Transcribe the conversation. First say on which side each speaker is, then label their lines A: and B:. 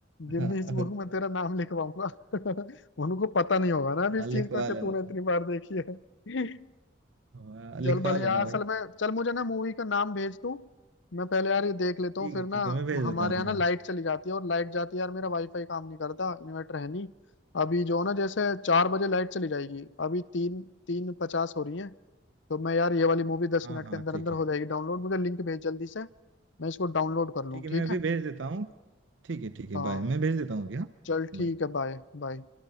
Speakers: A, on the right (about 75°); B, on the left (about 70°).
A: <laughs>
B: गिनीज बुक में तेरा नाम लिखवाऊंगा <laughs> उनको पता नहीं होगा ना अभी
A: हाँ
B: इस
A: लिखवा
B: चीज का
A: लेना
B: कि तूने इतनी बार देखी है <laughs>
A: हाँ, लिखवा
B: चल भले
A: लेना
B: यार
A: भाई
B: असल में चल मुझे ना मूवी का नाम भेज तू मैं पहले यार ये देख लेता हूँ
A: ठीक
B: फिर
A: है
B: ना
A: ठीक है मैं भेज
B: हमारे
A: देता
B: यहाँ
A: हूँ हाँ
B: ना लाइट चली जाती है और लाइट जाती है यार मेरा वाईफाई काम नहीं करता इन्वर्टर है नहीं अभी जो है ना जैसे चार बजे लाइट चली जाएगी अभी तीन तीन पचास हो रही है तो मैं यार ये वाली मूवी दस
A: हाँ
B: मिनट
A: हाँ
B: के अंदर
A: ठीक
B: अंदर हो
A: है
B: जाएगी डाउनलोड मुझे लिंक भेज जल्दी से मैं इसको डाउनलोड कर लूँ
A: ठीक है
B: ठीक
A: मैं अभी
B: है
A: भेज देता हूँ ठीक है ठीक है
B: हाँ
A: बाय मैं भेज देता हूँ अभी हाँ
B: चल
A: Bye.
B: ठीक है बाय बाय